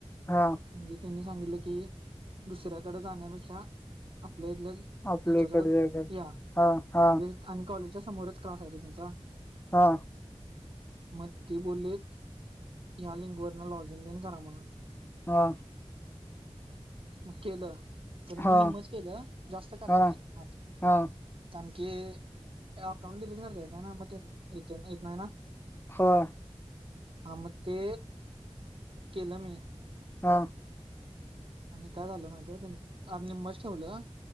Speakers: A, on the left; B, on the right.
A: हा
B: म्हणजे त्यांनी सांगितलं की दुसऱ्याकडे जाण्यापेक्षा आप प्लेलस
A: आपल्या
B: ह्याच्याकड
A: इकडच्या इकडे
B: या
A: हा हा
B: विल्स आणि कॉलेजच्या समोरच क्लास आहे र त्यांचा
A: हा
B: मग ते बोललेत या लिंक वरन लॉग इन करा म्हणून
A: हा
B: मग केलं तर
A: हा
B: मी हिंमत <unintelligible> केलं जास्त करा
A: हा
B: ना आत
A: हा
B: ते अकाउंट डिलीट करताय मग येत इत ते ईत नाही ना
A: हा
B: हा मग ते केलं मी
A: हा
B: आणि काय झालं माहिित आ नि मस ठेवलं